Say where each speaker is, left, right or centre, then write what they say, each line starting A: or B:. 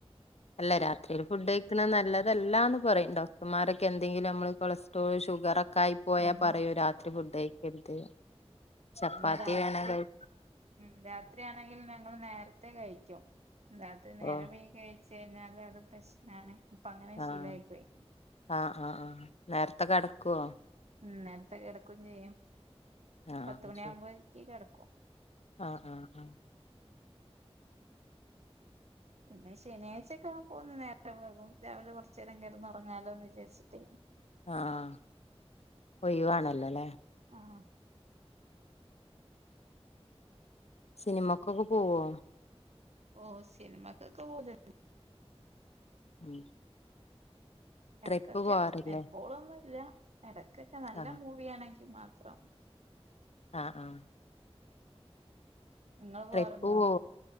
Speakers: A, on the left; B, on the right.
A: അല്ല രാത്രിൽ ഫുഡു കഴിക്കണത് നല്ലതല്ലാന്നു പറയും, ഡോക്ടർമാരൊക്കെയെന്തെങ്കിലും നമ്മള് കൊളസ്ട്രോൾ ഷുഗറൊക്കെ കായിപോയാ
B: ഉം
A: പറയൂ രാത്രി ഫുഡുകഴിക്കരുത് ചപ്പാത്തി
B: പിന്നെ രാത്രി
A: വേണകഴി
B: ഉം രാത്രിയാണെങ്കിൽ ഞങ്ങളു നേരത്തെ കഴിക്കും രാത്രിനേരം
A: ഓ
B: വൈകി കഴിച്ചുകഴിഞ്ഞാലത് പ്രശ്നാണ് അപ്പൊ അങ്ങനെശീലമായി
A: ആഹ്
B: പോയി
A: ആഹ് ആഹ് ആഹ് നേരത്തെ കിടക്കുവോ
B: ഉം നേരത്തെ കിടക്കും ചെയ്യും
A: ആഹ്
B: പത്ത് മണിയാകുമ്പോഴേക്ക്
A: ശരി
B: കിടക്കും
A: ആഹ് ആഹ്
B: പിന്നെ ശനിയാഴ്ചയൊക്കെ ആ കുമ്പോന്നുനേരത്തെ പോകും രാവിലെ കൊറച്ചു നേരം കിടന്നുറങ്ങാലോയെന്നു വിചാരിച്ചിട്ടേ
A: ആഹ് ഒഴിവാണല്ലോ ല്ലേ
B: ആഹ്
A: സിനിമക്കൊക്കെ പോവോ
B: ഓഹ് സിനിമാക്ക് ഒക്കെ പോകലുണ്ട്
A: ഉം
B: ഇടയ്ക്കൊക്കെ
A: ട്രിപ്പ് പോവാറില്ലേ
B: എപ്പോളൊന്നു ല്ല ഇടയ്ക്കൊക്കെ നല്ല
A: ആഹ്
B: മൂവിയാണെങ്കി മാത്രം
A: ആഹ് ആഹ്
B: നിങ്ങൾ
A: ട്രിപ്പു
B: പോവാറുണ്ടോ
A: പോകുവോ